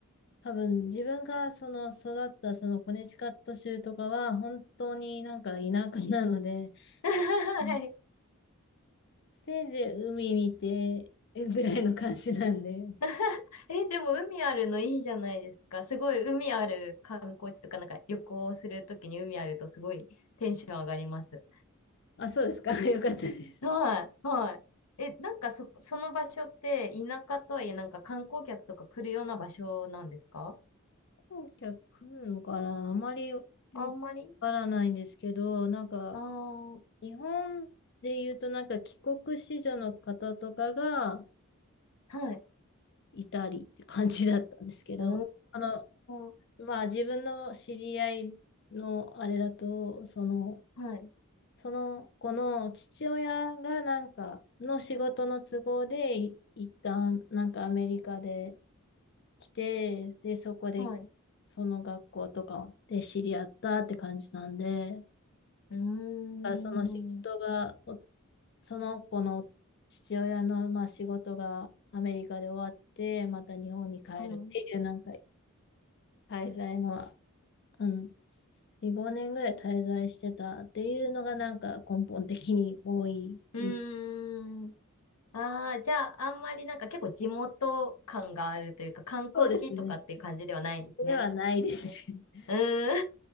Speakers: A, on the left; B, on the left.
A: 多分自分がその育ったそのコネチカット州とかは本当になんか田舎なので、
B: <laughs>
A: うん
B: はい。
A: せいぜい海見てぐらいの感じなんで。
B: <laughs> え、でも海あるのいいじゃないですか。すごい海ある観光地とか、なんか旅行するときに海あるとすごいテンション上がります。
A: あ、そうですか。<laughs> よかったです。
B: はい、はい。え、なんかそ、その場所って田舎とはいえなんか観光客とか来るような場所なんですか
A: 飛行機は来るのかなあまりよ、よくわからないんですけど、
B: あんまり
A: なんか
B: ああー、
A: 日本で言うとなんか帰国子女の方とかが
B: はい。
A: いたりって感じだったんですけど、
B: お
A: あの、
B: ー、
A: まあ自分の知り合いのあれだと、その、
B: はい、
A: その子の父親がなんかの仕事の都合でい一旦なんかアメリカで来て、で、そこで
B: はい。
A: その学校とかで知り合ったって感じなんで、
B: うーん、
A: だからその仕事が、
B: は
A: おその子の父親のまあ仕事がアメリカで終わって、また日本に帰るっていうなんか
B: い。
A: 滞在の、うん、4、5年ぐらい滞在してたっていうのがなんか根本的に多いイ
B: うーん。ああ、じゃあ、あんまりなんか結構地元感があるというか、観光地とかっていう感じではないんですね。
A: そうですね。ではないですね。
B: ねうーん。